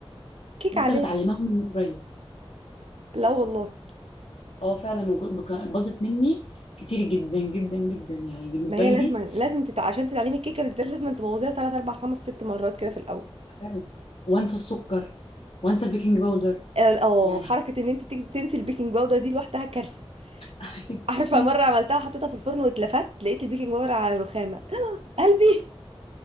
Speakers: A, on the right; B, on the left.
A: كيكه
B: لسه
A: عاديه
B: متعلماها من قريب
A: لا والله
B: اه فعلا وج- بك- باظت مني كتير جدا جدا جدا يعني بالنسبه
A: ما هي
B: لي دي
A: لازم لازم تتع... عشان تتعلمي الكيكه بالذات لازم تبوظيها 3 4 5 6 مرات كده في الاول
B: حاجة- وانسى السكر وانسى البيكنج باودر
A: ال- اه
B: يعني
A: حركه
B: <laughs>
A: ان انت تك- تنسي البيكنج باودر دي لوحدها كارثه
B: ايوه
A: <laughs> عارفه
B: كتير
A: مره عملتها حطيتها في الفرن واتلفت لقيت البيكنج باودر على الرخامه <laughs> قلبي